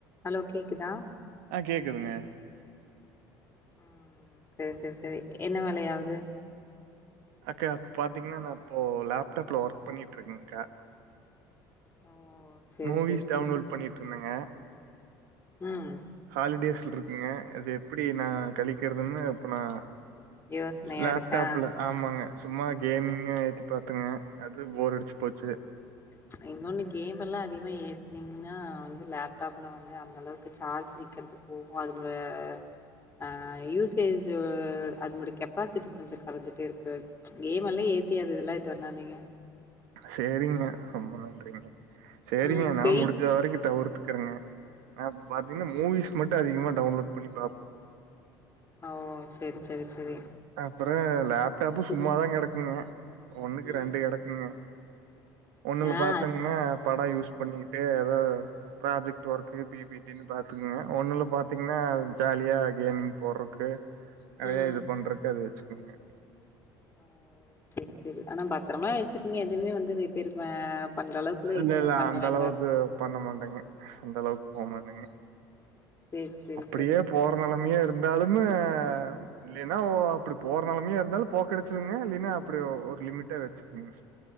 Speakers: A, on the left; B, on the right.
A: Hello கேக்குதா
B: ஆ கேக்துங்க
A: ம் சேர் செரி என்ன வெலயாவுது
B: அக்கா பாத்தீங்ன்னா நா இப்போ லேப்டாப்ல ஒர்க் பண்ணிட்டு இருக்கேன்கா
A: ஓ செரி
B: மூவிஸ்
A: செரி செரி
B: டவுன்லோட் பண்ணிட்ருந்தங்கே
A: ம்
B: ஹாலிடேஸ்ல இருக்கேங்க அது எப்படி நா கழிக்கிறதுன்னு இப்ப நா
A: யோசனையா
B: லேப்டாப்ல
A: இருக்கா
B: ஆமாங்க சும்மா கேம்முங்க ஏத்தி பாத்தங்க அது போர் அடிச்சு போச்சு
A: ப்ச் இன்னொன்னு கேம் எல்லா அதிக்மா ஏத்துனீங்னா வந்து லேப்டாப்ல வந்து அந்த அளவுக்கு சார்ஜ் நிக்கது போவ்மா அதுபுல ஆ யூசேஜு அதனுடைய கெப்பாசிட்டி கொஞ்சோ கரைஞ்சிட்டே இருக்கு ப்ச் கேம் எல்லா ஏத்தி யதுஇதுலா இது வண்ணாதீங்க
B: சேரிங்க ரொம்ப நன்றிங்க சேரிங்க
A: ம்
B: என்னால
A: பேய்
B: முடிஞ்ச வரைக்கு தவிர்த்துக்குறேங்க நா அப் பாத்தீங்னா
A: ம்
B: மூவிஸ் மட்டு அதிகமா டவுன்லோட் பண்ணி பாப்
A: ஓ செரி செரி செரி
B: அப்பற லேப்டாப்பு
A: அதுங்க
B: சும்மாதா கிடக்குங்க ஒன்னுக்கு
A: ம்
B: ரெண்டு கிடக்குங்க ஒண்ணுல
A: ஆ
B: பாத்தங்ன்னா
A: அது
B: படோ யூஸ் பண்ணிட்டு ஏதாவது ப்ராஜெக்ட் ஒர்க்கு பி பி அப்டின்னு பாத்துக்கங்க ஒண்ணுல பாத்தீங்னா ஜாலியா கேமிங் போட்றக்கு நெறைய
A: ம்
B: இது பண்றக்கு அத வச்சுக்கோங்க
A: ஓ செரி செரி ஆனா பத்திரமா வச்சிகுங்க எதுவுமே வந்து ரிப்பேரு ப பண்ற அளவுக்குலா
B: இல்ல
A: எதுவுமே
B: இல்ல
A: பண்ண
B: அந்த
A: வேண்டா
B: அளவுக்கு பண்ண மாட்டாங்க அந்த அளவுக் போமாட்டங்க
A: சேரி சேரி
B: அப்படியே
A: சேரி
B: போற நிலைமையா இருந்தாலும்மே இல்லீனா ஓ அப்படி போற நிலமையே இருந்தாலு போக்கடிச்சிருங்க இல்லின்னா அப்படி ஒரு லிமிட்டா வச்சுக்குவங்க